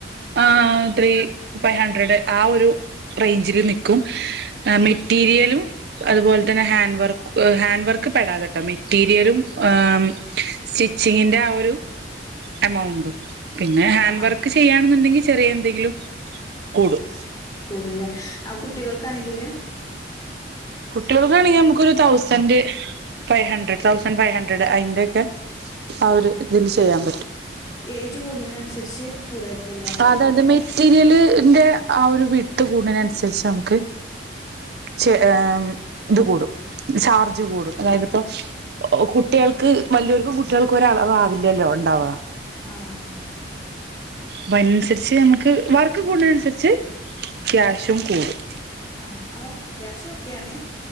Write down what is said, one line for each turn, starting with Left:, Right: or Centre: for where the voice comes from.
Right: ആ ത്രീ ഫൈവ് ഹഡ്രഡ് ആ ഒരുറേറ്റ് ആ റേഞ്ച്ഇല് നിക്കും മെറ്റീരിയലും അത്പോലെ ഹാൻഡ് വർക്ക്‌ ഹാൻഡ് വർക്ക് പെടാതെട്ടോ മെറ്റീരിയലും ആ സ്റ്റിച്ചിങ്ങിന്റെ ആ ഒരു എമൗണ്‌ടും പിന്നെ ഹാൻഡ്
Left: ആഹ്
Right: വർക്ക് ചെയ്യാണെന്നുണ്ടെങ്കിൽ ചെറിയ എന്തെങ്കിലും കൂടും
Left: കൂടുല്ലേ ആ കുട്ടികൾക്കാണെങ്കില്
Right: കുട്ടികൾക്കാണെങ്കിൽ നമുക്കൊരു thousand five hundred thousand five hundred അയിന്റെയൊക്കെ ആ ഒരു
Left: ഉ
Right: ഇതിൽ ചെയ്യാൻ
Left: ഏജ് കൂടുന്നതിനനുസരിച്ച് കൂടായിരിക്കും അല്ലേ
Right: അത് അതമേ മെറ്റീരിയലിന്റെ ആ ഒരു വിഡ്ത് കൂടിന അനുസരിച്ച് നമുക്ക് ചെ അം ഇത് കൂടും ചാർജ് കൂടും അതായത് ഇപ്പോ കുട്ടികൾക്ക് വലിയർക്കും കുട്ടികൾക്കും ഒരളവവില്ലല്ലോ ഉണ്ടാവുക
Left: ആഹ് അതെ
Right: ആ അതിനനുസരിച്ച് നമക്ക് വർക്ക് കൂഡിനെ അനുസരിച്ച് ക്യാഷും കൂടും
Left: ആഹ ആ ക്യാഷ് ക്കെയാണ്